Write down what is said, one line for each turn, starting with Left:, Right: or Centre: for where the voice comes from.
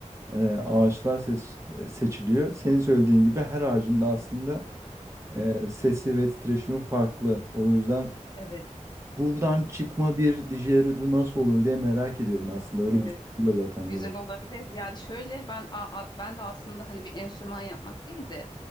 Right: e, ağaçlar ses- e, seçiliyor. Senin söylediğin gibi her ağacın da aslında e, sesi ve titreşimi farklı. O yüzden
Left: Evet,
Right: Buradan çıkma bir Didgeridoo nasıl olur diye merak ediyorum aslında. Öyle
Left: evet.
Right: bir soruyla zaten yola.
Left: Güzel olabilirdi. Yani şöyle ben a- a- ben de aslında hani bir enstrüman yapmak değil de